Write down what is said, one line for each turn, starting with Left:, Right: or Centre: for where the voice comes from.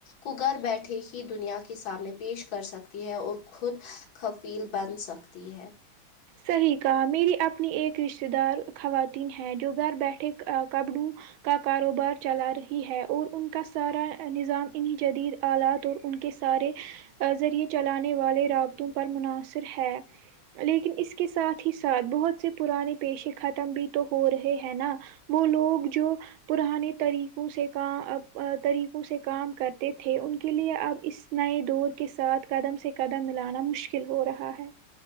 Left: کو گھر بیٹھے ہی دنیا کے سامنے پیش کر سکتی ہے اور خود خفیل بن سکتی ہے
Right: صحیح کہا میری اپنی ایک رشتہ دار خواتین ہیں جو گھر بیٹھے کبڑوں کا کاروبار چلا رہی ہے اور ان کا سارا نظام انہیں جدید آلات اور ان کے سارے ذریعے چلانے والے رابطوں پر مناصر ہے لیکن اس کے ساتھ ہی ساتھ بہت سے پرانے پیشے ختم بھی تو ہو رہے ہیں نا وہ لوگ جو پرانے طریقوں سے کا طریقوں سے کام کرتے تھے ان کے لیے اب اس نئے دور کے ساتھ قدم سے قدم ملانا مشکل ہو رہا ہے